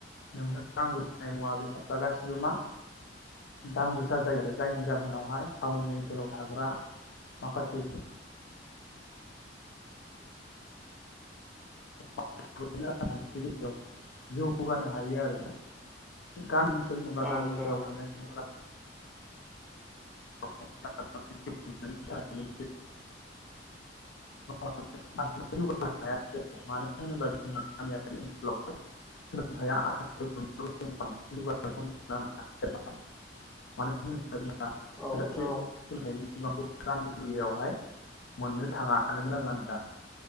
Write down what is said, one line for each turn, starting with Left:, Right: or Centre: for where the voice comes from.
Left: नोंनो नांगौ जानाय मुवा बेसादफ्रा गासिबो मा दामगोसा जायो आरो जायनि जाहोनावहाय टाउननि ओनसोलाव थाग्रा माखासे <unintelligible> <unintelligible> <unintelligible> जौगानो हायो आरो गामि। सोरखौबा
Centre: औ
Left: गामि
Centre: नोंथां
Left: ओनसोलाव थानाय सुबुंफोरा। <inaudible> सोलोंथायनि। <unintelligible> <unintelligible> सोलोंथाया आथिखाल बांसिन <unintelligible>
Centre: औ नोंथां औ
Left: गामि एरियायावहाय मोननो थाङा नोंगोना नोंङा नोंथां।